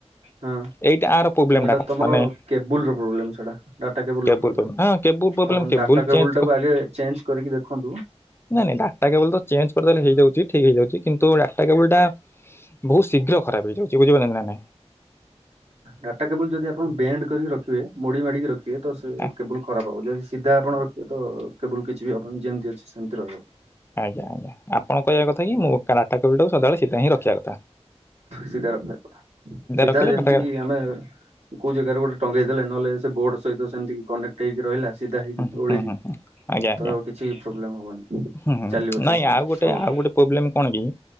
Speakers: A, on the right; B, on the left.
A: ହଁ
B: ଏଇଟା ଆର ପ୍ରୋବ୍ଲେମ
A: ତ ସେଇଟା
B: ଟା
A: ତମର
B: ମାନେ
A: କେବୁଲର ପ୍ରୋବ୍ଲେମ ସେଟା ଡାଟା କେବୁଲର
B: କେବୁଲ
A: ପ୍ରୋବ୍ଲେମ।
B: ହଁ କେବୁଲ ପ୍ରୋବ୍ଲେମ
A: ଆପଣ ଡାଟା କେବୁଲ
B: ଚେଞ୍ଜ
A: ଟାକୁ ଆଗେ ଚେଞ୍ଜ କରିକି ଦେଖନ୍ତୁ।
B: ନାଇଁ ନାଇଁ ଡାଟା କେବୁଲ ତ ଚେଞ୍ଜ କରିଦେଲେ ହେଇଯାଉଛି। ଠିକ ହେଇଯାଉଛି କିନ୍ତୁ ଟା କେବୁଲଟା ବହୁତ ଶୀଘ୍ର ଖରାପ ହେଇଯାଉଛି ବୁଝିପାର ନା ନାଇଁ?
A: ଡାଟା କେବୁଲ ଯଦି ଆପଣ ବେଣ୍ଡ କରିକି ରଖିବେ ମୋଡି ମାଡିକି ରଖିବେ ତ ସେ
B: ଆଁ,
A: କେବୁଲ ଖରାପ ହବ ଯଦି ସିଧା ଆପଣ ରଖିବେ ତ କେବୁଲ କିଛି ବି ହବନି ଯେମିତି ଅଛି ସେମିତି ରହିବ।
B: ଆଜ୍ଞା ଆଜ୍ଞା ଆପଣ କହିବା କଥା କି ମୁଁ ଡାଟା କାବୁଲଟାକୁ ସଦାବେଳେ ସୀଧା ହିଁ ରଖିବା କଥା।
A: ସିଧା ରଖିବା କଥା ସିଧା
B: ରଖିଲେ
A: ଯେମିତ
B: ଡାଟା
A: ସେତିକି ଆମେ କୋଉ ଜାଗାରେ ଗୋଟେ ଟଙ୍ଗେଇ ଦେଲେ ନହେଲେ ସେ ବୋର୍ଡ ସହିତ ସେମିତି କନେକ୍ଟ ହେଇକି ରହିଲା। ସିଧା
B: ହୁଁ
A: ହେଇକି ଓଳିକି
B: ହୁଁ ହୁଁ ହୁଁ ଆଜ୍ଞା ଆଜ୍ଞା
A: ତ କିଛି ପ୍ରୋବ୍ଲେମ ହବନି।
B: ହୁଁ
A: ଚାଲିବ ସେ
B: ନାଇଁ
A: ସେମିତି
B: ଆଉ ଗୋଟେ
A: ସବୁବେଳେ।
B: ଆଉ ଗୋଟେ ପ୍ରୋବ୍ଲେମ କଣ କି